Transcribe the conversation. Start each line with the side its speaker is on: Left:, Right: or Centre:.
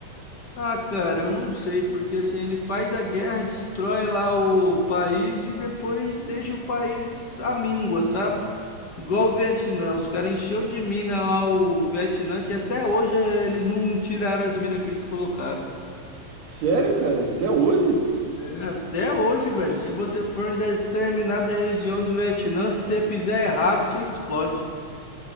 Left: Ah, cara, eu não sei, porque assim, ele faz a guerra, destrói lá o país e depois deixa o país à míngua, sabe? Igual o Vietnã, os caras encheu de mina lá o Vietnã, que até hoje eh, eles não tiraram as minas que eles colocaram.
Right: Sério, cara? Até hoje?
Left: Até hoje, velho, se você for em determinada região do Vietnã, se você pisar errado, você explode.